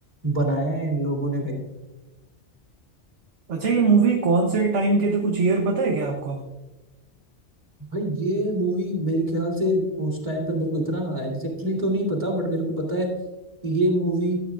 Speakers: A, on the right; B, on the right.
A: बनाया है इन लोगों ने भाई
B: अच्छा ये मूवी कौन से टाइम के थे कुछ ईयर पता है क्या आपको
A: भाई ये मूवी मेरे ख्याल से उस टाइम पर मेरे को इतना एग्जैक्टली तो नहीं पता बट मेरे को पता है कि ये मूवी